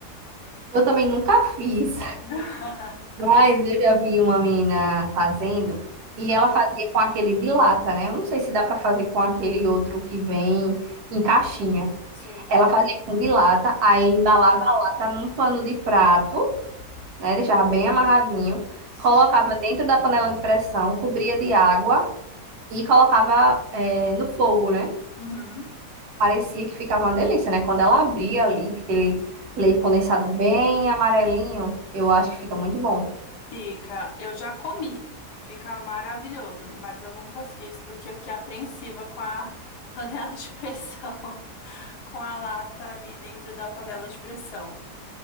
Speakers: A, on the right; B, on the left.
A: Eu também nunca fiz.
B: <laughs>
A: Mas eu já vi uma menina fazendo
B: Hum,
A: e ela fazia com aquele de lata, né? Eu não sei se dá pra fazer com aquele outro que vem em caixinha.
B: sei.
A: Ela fazia com de lata, aí
B: Uhum,
A: embalava a lata num pano de prato, né? Deixava bem amarradinho,
B: sei.
A: colocava dentro da panela de pressão, cobria de água e colocava eh, no fogo, né?
B: Uhum.
A: Parecia que ficava uma delícia, né? Quando ela abria ali, aquele leite condensado bem amarelinho, eu acho que fica muito bom.
B: Fica, eu já comi, fica maravilhoso, mas eu nunca fiz porque eu fiquei apreensiva com a <laughs> panela de pressão, <laughs> com a lata ali dentro da panela de pressão.